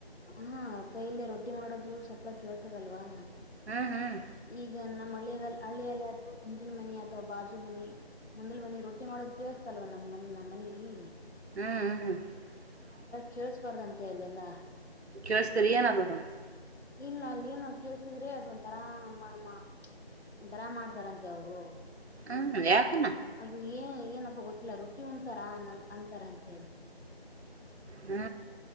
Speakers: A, on the left (about 85°); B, on the right (about 85°).
A: ಹಾ ಕೈಲ್ಲೆ ರೊಟ್ಟಿ ಮಾಡೋದು ಸಪ್ಲ ಕೇಳ್ತದಲ್ವಾ
B: ಹ್ಮ್ ಹ್ಮ್
A: ಈಗ ನಮ್ಮ್ ಹಳ್ಳಿಯ ಹಳ್ಳಿಯಲ್ಲ ಆದರು ಹಿಂದಲ ಮನಿ ಅಥವಾ ಬಾಜು ಮನಿ ಮುಂದಲು ಮನಿ ರೊಟ್ಟಿ ಮಾಡ ಅದ್ ಕೇಳ್ಸ್ತಾಯಿಲ್ವಾ ನಮ್ ನಮ್ ಮನಿಗೆ
B: ಹ್ಮ್ ಹ್ಮ ಹ್ಮ
A: ಕೇಳಿಸಬಾರ್ದ ಅಂತ ಏನಿಲ್ಲ
B: ಕೇಳಿಸ್ತೀರಿ ಏನದದಂತ
A: ಇಲ್ಲ ಅಲ್ಲ ಏನು ಕೇಳ್ಸಿದ್ರೆ ಅದ್ ಒಂತರ ಅಮ್ಮ ಅಮ್ಮ ಒಂತರ ಮಾಡ್ತಾರಂತೆ ಅವರು
B: ಹ್ಮ್ ಯಾಕನ
A: ಅದು ಏ ಏನಪ್ಪ ಗೊತ್ಲ್ಲ ರೊಟ್ಟಿ ಒಂತರ ಅಂತಾರ್ ಅಂತ
B: ಹ್ಮ